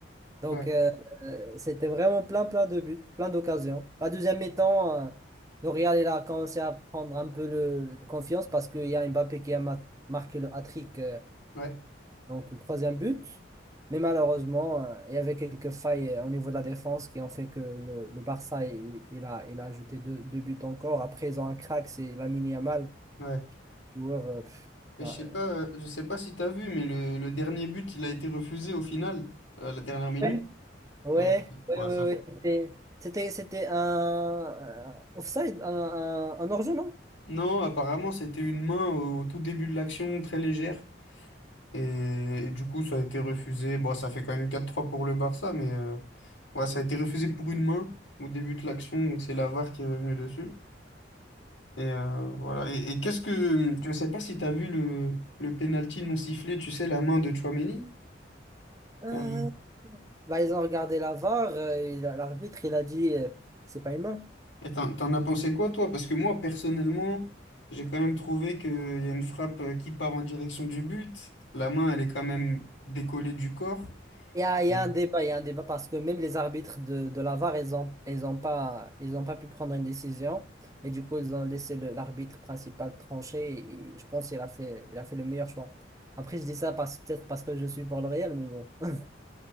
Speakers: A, on the right; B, on the left.
A: Donc,
B: Ouais,
A: euh, euh, c'était vraiment plein, plein de buts, plein d'occasions. La deuxième mi-temps, euh, le Real il a commencé à prendre un peu le, le confiance parce qu'il y a Mbappé qui a ma- marqué le hat-trick, euh,
B: ouais,
A: donc le troisième but. Mais malheureusement, euh, il y avait quelques failles euh, au niveau de la défense qui ont fait que le, le Barça, il, il a, il a ajouté deux, deux buts encore. Après, ils ont un crack, c'est Lamine Yamal,
B: ouais.
A: joueur, euh, pff,
B: Mais
A: ben,
B: je sais pas, euh, je sais pas si t'as vu, mais le, le dernier but, il a été refusé au final, à la dernière minute.
A: Ouais. Ouais,
B: Donc,
A: ouais,
B: ouais,
A: ouais, ouais,
B: ça-
A: C'était, c'était, c'était un, un offside, un, un, un hors-jeu, non?
B: Non, apparemment, c'était une main au tout début de l'action, très légère. Et, et du coup, ça a été refusé. Bon, ça fait quand même quatre trois pour le Barça, mais euh, ouais, ça a été refusé pour une main au début de l'action. Donc, c'est la VAR qui est revenue dessus. Et euh, voilà. Et, et qu'est-ce que. Je sais pas si t'as vu le, le penalty non sifflé, tu sais, la main de Tchouaméni.
A: Euh,
B: Euh,
A: bah, ils ont regardé la VAR, euh, il- a- l'arbitre, il a dit, euh, c'est pas humain.
B: Et t'en, t'en as pensé quoi, toi? Parce que moi, personnellement, j'ai quand même trouvé qu'il y a une frappe euh, qui part en direction du but. La main, elle est quand même décollée du corps.
A: Il y a, il
B: Mm.
A: y a un débat, il y a un débat parce que même les arbitres de, de la VAR, ils ont, ils ont pas, ils ont pas pu prendre une décision. Et du coup, ils ont laissé le- l'arbitre principal trancher. Et, et je pense qu'il a fait, il a fait le meilleur choix. Après, je dis ça parce, peut-être parce que je suis pour le Real, mais bon, <laughs>